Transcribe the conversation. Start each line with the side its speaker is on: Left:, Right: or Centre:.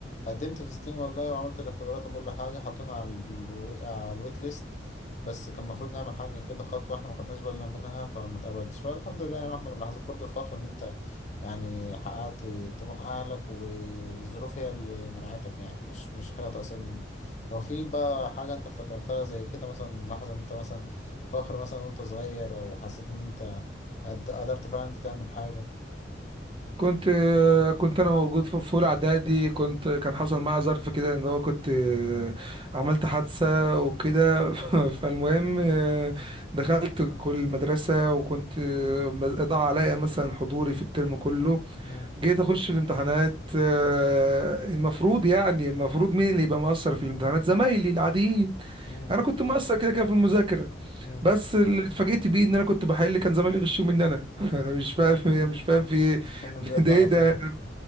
Left: قدمت في ستيم والله وعملت الاختبارات وكل حاجة حطونا على الو... على الويت ليست بس كان المفروض نعمل حاجة كده خطوة احنا ما خدناش بالنا منها فما اتقبلتش فالحمد لله يعني واحدة من لحظات برضو الفخر ان انت يعني حققت طموح أهلك والظروف هي اللي منعتك يعني مش مش حاجة تقصير منك لو في بقى حاجة أنت افتكرتها زي كده مثلا لحظة أنت مثلا فخر مثلا وأنت صغير أو حسيت إن أنت قد- قدرت فعلا أنت تعمل حاجة
Right: كنت آه، كنت انا موجود في في اولى اعدادي كنت كان حصل معايا ظرف كده ان هو كنت آه، عملت حادثه وكده <laughs> فالمهم آه، دخلت كل المدرسه وكنت آه، ضاع عليا مثلا حضوري في الترم كله
Left: مم.
Right: جيت اخش الامتحانات آه، المفروض يعني المفروض مين اللي يبقى مقصر في الامتحانات زمايلي العاديين
Left: مم.
Right: انا كنت مقصر كده كده في المذاكره
Left: مم.
Right: بس اللي اتفاجئت بيه ان انا كنت بحل كان زمايلي يغشوا مني انا <laughs> انا مش فاهم
Left: <laughs>
Right: يعني مش فاهم في ايه
Left: كنا بيود
Right: <laughs> ده
Left: على
Right: ايه ده
Left: فين